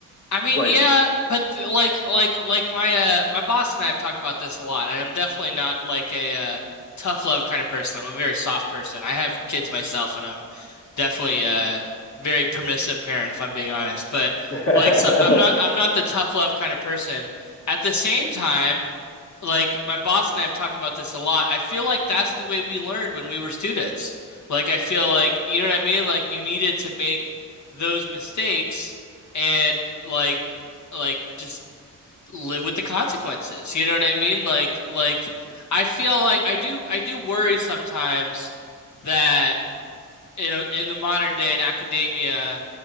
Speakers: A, on the left (about 55°); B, on the left (about 40°).
A: I mean,
B: like
A: yeah, but like like like my uh my boss and I have talked about this a lot, and I'm definitely not like a uh tough love kind of person. I'm a very soft person. I have kids myself, and I'm definitely a very permissive parent if I'm being honest. But
B: <laughs> yeah
A: like so I'm not I'm not the tough love kind of person. At the same time, like my boss and I have talked about this a lot. I feel like that's the way we learned when we were students. Like I feel like, you know what I mean? Like you needed to make those mistakes and like like just live with the consequences. You know what I mean? Like like I feel like I do I do worry sometimes that you know, in the modern day in academia,